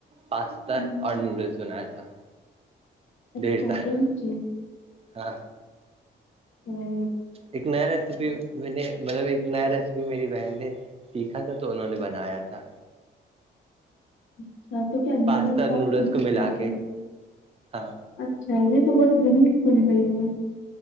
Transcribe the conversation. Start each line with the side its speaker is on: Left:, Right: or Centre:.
Right: پاستا
Left: ہم،
Right: اور نوڈلس بنایا تھا
Left: اچھا
Right: دیر تارا
Left: تو یہ چیز
Right: ہاں
Left: ہوں <inaudible>
Right: ایک نیا ریسیپی میں نے مطلب ایک نیا ریسیپی میری بہن نے سیکھا تھا تو انہوں نے بنایا تھا
Left: اچھا تو کیا نہیں
Right: پاستا
Left: گا اس
Right: اور
Left: پاس
Right: نوڈلس
Left: سے نکھ
Right: کو ملا
Left: کر کے <unintelligible>
Right: ہاں
Left: اچھا یہ تو بہت یونک بن رہیوں میں